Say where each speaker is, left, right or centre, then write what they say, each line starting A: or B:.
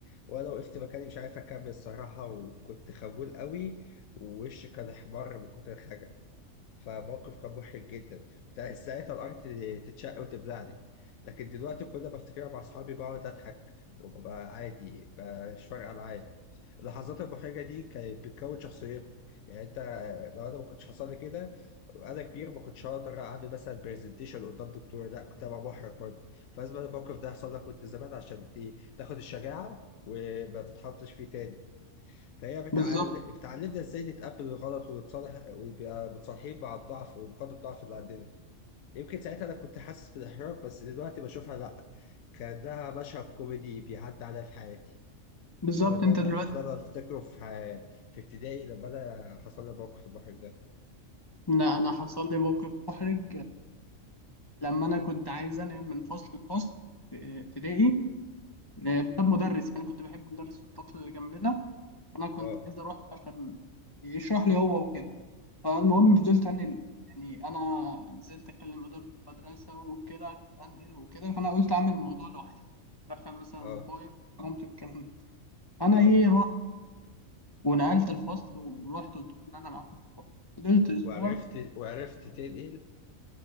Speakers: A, on the left; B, on the left.
A: وأنا وقفت مكاني مش عارف أكمل الصراحة وكنت خجول قوي ووشي كان أحمر من كتر الخجل فموقف كان محرج جدا كنت عايز ساعتها الأرض تتشق وتبلعني لكن دلوقتي كل ما أفتكرها مع أصحابي بقعد أضحك وببقى عادي مش فارقة معايا اللحظات المحرجه دي كانت بتكون شخصيتنا يعني انت آه، لو انا ما كنتش حصل لي كده انا كبير ما كنتش هقدر اعمل مثلا برزنتيشن قدام دكتور لا كنت هبقى محرج برضه فلازم الموقف ده يحصل لك وانت زمان عشان ت- تاخد الشجاعه وما تتحطش فيه تاني فهي بتعل...
B: بالظبط
A: بتعلمنا ازاي نتقبل الغلط ونتصالح ويبقى متصالحين مع الضعف ونقاط الضعف اللي عندنا يمكن ساعتها انا كنت حاسس بالاحراج بس دلوقتي بشوفها لا كانها مشهد كوميدي بيعدي عليا في حياتي
B: بالظبط
A: هو ده
B: انت
A: الموقف
B: دلوقتي
A: اللي انا افتكره في في ابتدائي لما انا حصل لي موقف المحرج ده
B: لا انا حصل لي موقف محرج لما انا كنت عايز انقل من فصل لفصل في ابتدائي بسبب مدرس يعني كنت بحب مدرس في الفصل اللي جنبنا انا كنت
A: اه
B: عايز اروح عشان يشرح لي هو وكده فالمهم فضلت انقل يعني انا نزلت اكلم اداره المدرسه وكده عشان انقل وكده فانا قلت اعمل الموضوع لوحدي دخل مثلا
A: اه
B: بابايا ومامتي والكلام ده فانا
A: اه
B: ايه رحت ونقلت الفصل ورحت قلت لهم ان انا معاكم في الفصل فضلت اسبوع
A: وعرفت وعرفت تنقل